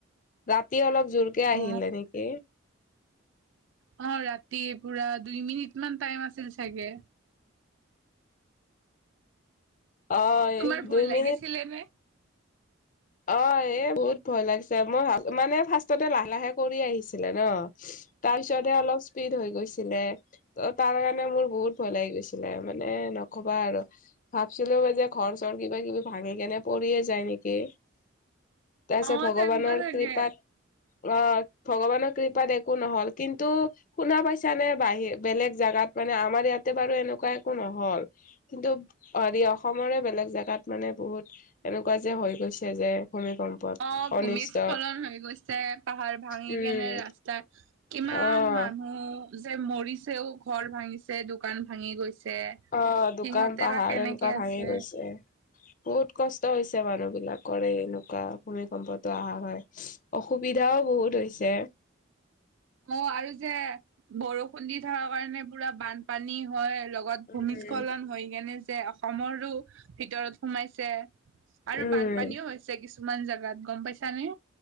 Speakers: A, on the left; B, on the right.
A: ৰাতি অলপ জোৰকে আহিলে
B: অ
A: নেকি
B: অ ৰাতি পুৰা দুই মিনিট মান টাইম আছিল চাগে।
A: অ
B: তোমাৰ ভয়
A: দুই মিনিট
B: লাগিছিলে নে?
A: অ এ বহুত ভয় লাগিছে মোৰ মানে ফাৰ্ষ্টতে লাহে লাহে কৰি আহিছিলে ন। তাৰপিছতহে অলপ স্পীড হৈ গৈছিলে ত তাৰ কাৰণে মোৰ বহুত ভয় লাগি গৈছিলে মানে। নকবা আৰু ভাবছিলো যে ঘৰ চৰ কিবা কিবি ভাঙি কেনে পৰিয়ে যায় নেকি। তাৰপিছত
B: অ
A: ভগৱানৰ
B: তেনেকুৱা লাগে।
A: কৃপাত অ ভগৱানৰ কৃপাত একো নহ'ল। কিন্তু শুনা পাইছানে বাহি বেলেগ জোগাত মানে আমাৰ ইয়াতে বাৰু এনেকুৱা একো নহল। কিন্তু হেৰি অসমৰে বেলেগ জেগাত মানে বহুত এনেকুৱা যে হৈ গৈছে। যে ভূমিকম্পত
B: অ
A: অনিষ্ট
B: ভূমিস্খলন হৈ গৈছে পাহাৰ ভাঙি
A: উম
B: কেনে ৰাস্তা কিমান
A: অ',
B: মান মানুহ যে মৰিছেও ঘৰ ভাঙিছে দোকান ভাঙি গৈছে।
A: অ দোকান
B: সিহঁতে
A: পাহাৰ
B: বা কেনেকে
A: এনেকুৱা ভাঙি
B: আছে
A: গৈছে। বহুত কষ্ট হৈছে মানুহ বিলাকৰে এনেকুৱা ভূমিকম্পটো অহা কাৰণে অসুবিধা বিধাও বহুত হৈছে।
B: অ আৰু যে বৰষুণ দি থকা কাৰণে পুৰা বানপানী হয়। লগত
A: উম
B: ভূমিস্খলন হৈ কেনে যে অসমৰো ভিতৰত সোমাইছে। আৰু
A: উম
B: বানপানীও হৈছে কিছুমান জাগাত গম পাইছানে।